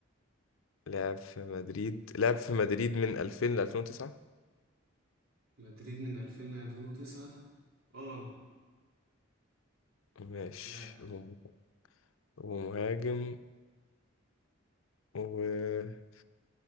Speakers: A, on the left; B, on the right.
A: لعب في مدريد لعب في مدريد من 2000 ل 2009
B: مدريد من 2000 ل 2009 اه
A: ماشي
B: لعب
A: وم- ومهاجم وماشي